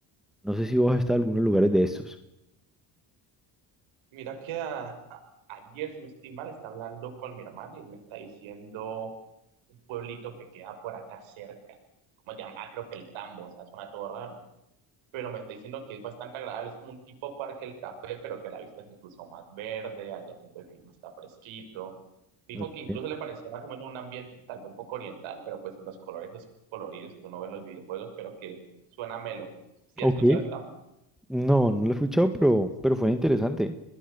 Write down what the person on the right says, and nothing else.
Mira que a- a- ayer, si no estoy mal, está hablando con mi hermana y me está diciendo un pueblito que queda por acá cerca. ¿Cómo se llama? Ah, creo que el Tambo, o sea, suena todo raro. Pero me está diciendo que es bastante agradable, es como un tipo parque el café, pero que la vista es incluso más verde, allá siempre el clima está fresquito. Dijo
que incluso le parecía más o menos un ambiente tal vez un poco oriental, pero pues en los colores esos coloridos que uno ve en los videojuegos, pero que suena melo. ¿Sí
has escuchado el Tambo?